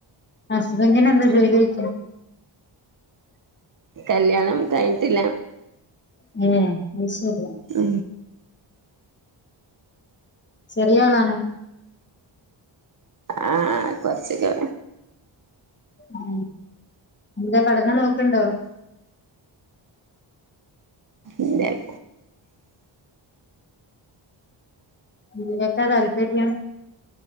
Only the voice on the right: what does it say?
കല്യാണം കഴിഞ്ഞിട്ടില്ല
ഉ
ആഹ് കൊറച്ചക്ക
ഇതല്ല